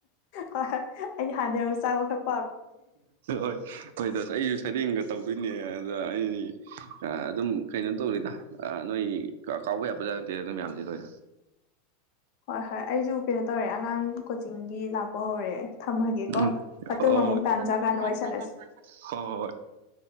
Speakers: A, on the left (about 50°); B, on the right (about 65°).
A: ꯍꯣꯏ ꯍꯣꯏ ꯑꯩꯗꯤ ꯍꯥꯟꯅꯔ ꯆꯥꯕꯈꯛ
B: ꯍꯣꯏ ꯍꯣꯏꯗ ꯑꯩꯁꯨ ꯁ ꯆꯤꯡꯒ ꯇꯧꯗꯣꯏꯅꯦ ꯑꯗꯨꯗ ꯑꯩ ꯑꯗꯨꯝ ꯀꯩꯅꯣ ꯇꯧꯔꯤꯗ ꯅꯣꯏ ꯍꯣꯏ ꯖꯥꯠꯇ ꯑꯗꯨꯝ ꯃꯌꯥꯝꯁꯤꯗꯣꯏ
A: ꯍꯣꯏ ꯍꯣꯏ ꯑꯩꯁꯨ ꯀꯩꯅꯣ ꯇꯧꯔꯦ ꯑꯉꯥꯡ ꯀꯣꯆꯤꯡꯒꯤ ꯂꯥꯛꯄ ꯍꯧꯔꯦ ꯊꯝꯃꯒꯦꯀꯣ
B: ꯎꯝ ꯍ
A: ꯃꯇꯨꯡ ꯑꯃꯨꯛ ꯇꯥꯟ ꯆꯥꯀꯥꯟꯗ ꯋꯥꯔꯤ ꯁꯥꯟꯅꯁꯤ
B: ꯍ ꯍꯣꯏ